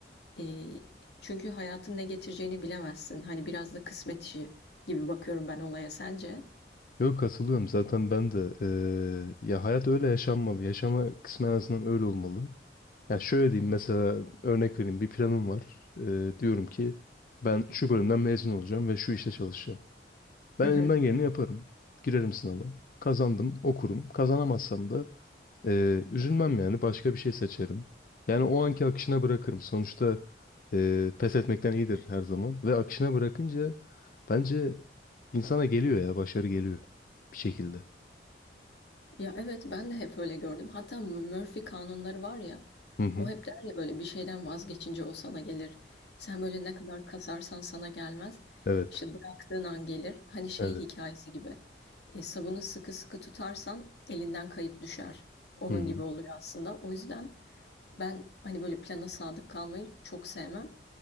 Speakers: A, on the left (about 65°); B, on the left (about 50°).
A: Eee, çünkü hayatın ne getireceğini bilemezsin. Hani biraz da kısmet işi gibi bakıyorum ben olaya. Sence?
B: Yok katılıyorum zaten ben de eee, ya hayat öyle yaşanmalı. Yaşama kısmı en azından öyle olmalı. Ya şöyle diyeyim mesela örnek vereyim bir planım var. Eee, diyorum ki ben şu bölümden mezun olacağım ve şu işte çalışacağım. Ben
A: <laughs>
B: elimden geleni yaparım. Girerim sınava. Kazandım okurum. Kazanamazsam da ee, üzülmem yani başka bir şey seçerim. Yani o anki akışına bırakırım. Sonuçta e, pes etmekten iyidir her zaman. Ve akışına bırakınca bence insana geliyor ya başarı geliyor bir şekilde.
A: Ya evet ben de hep öyle gördüm. Hatta Murphy kanunları var ya.
B: Hı hı.
A: O hep der ya böyle bir şeyden vazgeçince o sana gelir. Sen böyle ne kadar kasarsan sana gelmez.
B: Evet.
A: İşte bıraktığın an gelir. Hani şey
B: Evet.
A: hikayesi gibi. E, sabunu sıkı sıkı tutarsan elinden kayıp düşer. Onun
B: Hı hı.
A: gibi oluyor aslında. O yüzden ben hani böyle plana sadık kalmayı çok sevmem.